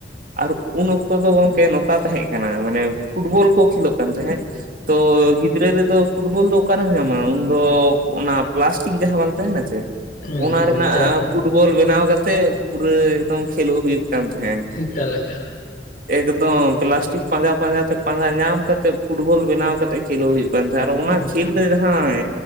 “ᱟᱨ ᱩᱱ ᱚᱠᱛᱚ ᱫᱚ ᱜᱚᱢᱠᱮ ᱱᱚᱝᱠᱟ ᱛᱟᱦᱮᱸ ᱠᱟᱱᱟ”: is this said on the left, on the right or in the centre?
Right